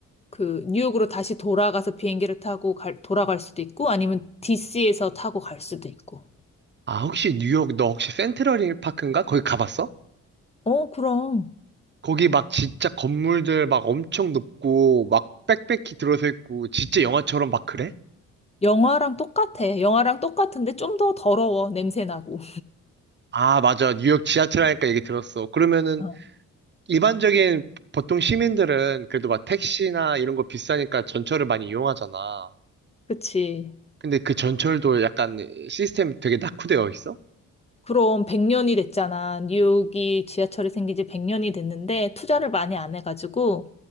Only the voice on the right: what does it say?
아, 혹시 뉴욕, 너 혹시 센트럴 힐 파크인가? 거기 가봤어?
거기 막 진짜 건물들 막 엄청 높고 막 빽빽히 들어서 있고 진짜 영화처럼 막 그래?
아, 맞아. 뉴욕 지하철 하니까 얘기 들었어. 그러면은
일반적인 보통 시민들은 그래도 막 택시나 이런 거 비싸니까 전철을 많이 이용하잖아.
근데 그 전철도 약간 시스템이 되게 낙후되어 있어?